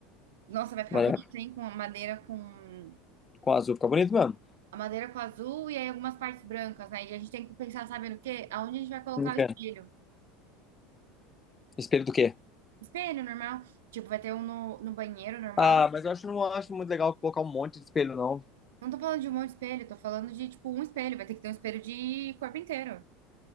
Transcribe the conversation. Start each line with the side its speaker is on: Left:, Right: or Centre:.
Right: Nossa, vai ficar
Left: mas
Right: bonito,
Left: é,
Right: hein? Com a madeira com.
Left: com azul fica bonito mesmo.
Right: A madeira com azul e aí algumas partes brancas, né? E a gente tem que pensar, sabe no quê? Aonde a gente vai colocar
Left: Não quero.
Right: o espelho.
Left: Espelho do quê?
Right: Espelho normal. Tipo, vai ter um no, no banheiro normal.
Left: Ah, mas eu acho, não acho muito legal colocar um monte de espelho, não.
Right: Não tô falando de um monte de espelho, tô falando de, tipo, um espelho. Vai ter que ter um espelho de corpo inteiro.